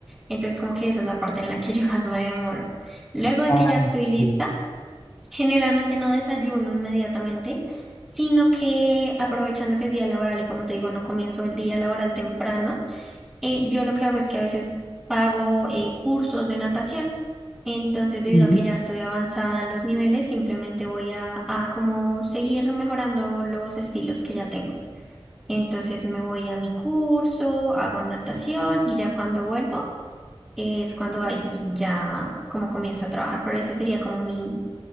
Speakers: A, in the centre; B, on the left.
A: Entonces, como que esa es la parte en la que <laughs> yo más me demoro. Luego de
B: Ay,
A: que ya estoy lista,
B: sí.
A: generalmente no desayuno inmediatamente, sino que aprovechando que es día laboral y como te digo, no comienzo el día laboral temprano, eh, yo lo que hago es que a veces pago eh, cursos de natación. Entonces, debido
B: Ujú.
A: a que ya estoy avanzada en los niveles, simplemente voy a, a como seguir mejorando los estilos que ya tengo. Entonces me voy a mi curso, hago natación y ya cuando vuelvo es cuando ahí sí ya como comienzo a trabajar, pero ese sería como mi